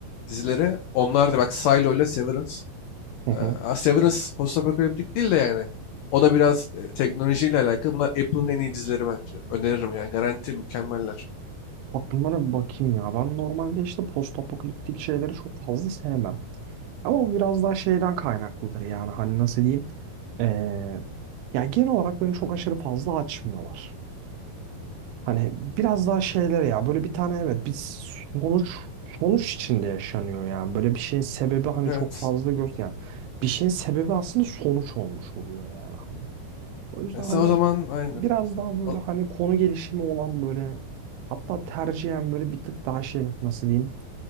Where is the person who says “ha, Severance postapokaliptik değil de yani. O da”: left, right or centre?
Left